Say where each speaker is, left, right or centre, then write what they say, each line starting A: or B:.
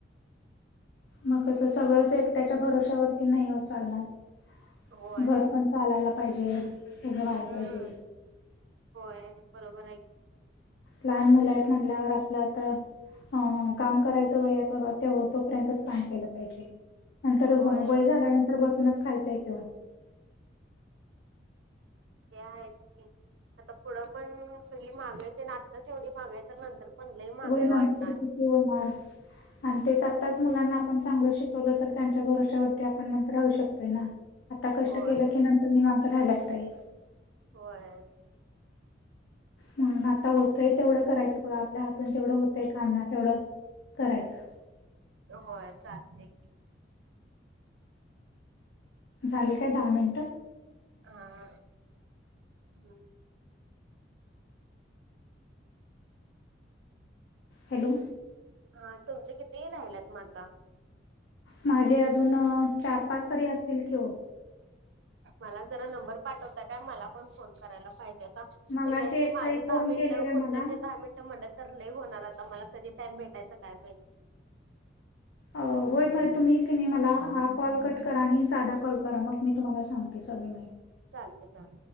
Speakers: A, on the left; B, on the right.
A: मगसं सगळंच एकट्याच्या भरोश्यावरती नाही चालणार
B: होय
A: घर पण चालायला पाहिजे सगळं व्हायला
B: हम्म
A: पाहिजे
B: होय बरोबर आहेऐ
A: लहान मुला आहेत म्हटल्यावर आपलं आता अ काम करायचं व तोपर्यंतच काम केलं पाहिजे नंतर
B: होय
A: वय झाल्यानंतर बसूनच खायचंय किंवा
B: ते आहेच की आता पुढं पण सगळी मागायची आताेवढी मागायच नंतर पण लई महागाई
A: हो नंतर
B: वाढणार
A: किती होणार आणि तेच आत्ताच मुलांना आपण चांगलं शिकवलं तर त्यांच्या भरोश्यावरती आपण नंतर राहू शकतोय ना आता कष्ट
B: होय
A: केलं की नंतर निवांत राहायलाग तेय
B: होय
A: म्हणून आता होतंय तेवढं करायचं बघा आपल्या हात तून जेवढं होतंय कामना तेवढं करायचं
B: होय चालते
A: झाले काय दहा मिनिट
B: ह हम्
A: हॅलो
B: हा तुमचे कितीही राहिलात माता
A: माझे अजून चार पाच तरी असतील किं
B: मला जरा नंबर पाठवतात का मला पण फोन करायला पाहिजे आता सगळ्यां
A: मगाशी एकताही
B: माझ दहा
A: फोन
B: मिनिट
A: केलेला
B: पुढ
A: मला
B: दहा मिनट म्ह तर ल होणार आता मला कधी टाइम भेटायचा काय म्हहि
A: होय मग तुम्ही तिने मला हा कॉल कट करा आणि साधा कॉल करा मग मी तुम्हाला सांग ते सगळी माहिती
B: चालत चाल